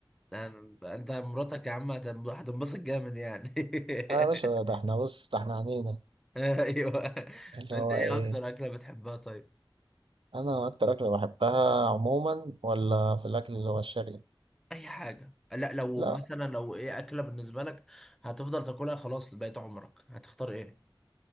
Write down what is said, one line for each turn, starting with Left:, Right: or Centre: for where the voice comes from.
Centre: أنا- انت مراتك يا عم هتن- هتنبسط جامد يعني
Right: اه
Centre: <laughs>
Right: يا باشا ده احنا بص ده احنا عنينا
Centre: ايوه
Right: اللي
Centre: انت
Right: هو
Centre: ايه
Right: ايه
Centre: اكتر اكله بتحبها طيب
Right: انا اكتر اكله بحبها عموما ولا في الاكل اللي هو الشرقي
Centre: اي حاجه لا لو
Right: لا
Centre: مثلا لو ايه اكله بالنسبه لك هتفضل تاكلها خلاص لبقيت عمرك هتختار ايه